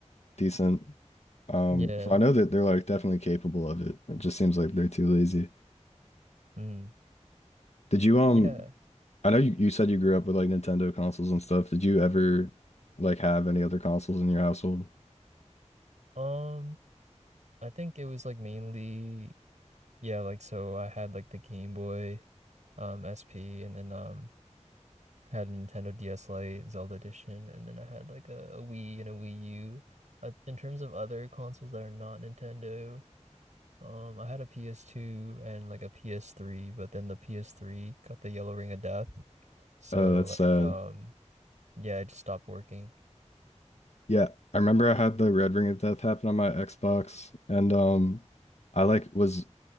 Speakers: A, on the left; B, on the right.
A: decent. Um,
B: Yeah.
A: so I know that they're like definitely capable of it. It just seems like they're too lazy.
B: Mm.
A: Did you um?
B: Yeah.
A: I know you, you said you grew up with like Nintendo consoles and stuff. Did you ever like have any other consoles in your household?
B: Um, I think it was like mainly, yeah, like so I had like the Game Boy, um, SP, and then um I had a Nintendo DS Lite, Zelda Edition, and then I had like a, a Wii and a Wii U. Uh, in terms of other consoles that are not Nintendo. Um, I had a PS2 and like a PS3, but then the PS3 got the yellow ring of death. So
A: Uh, that's
B: like
A: sad.
B: um yeah, it just stopped working.
A: Yeah, I remember I had the Red Ring of Death happen on my Xbox, and um, I like was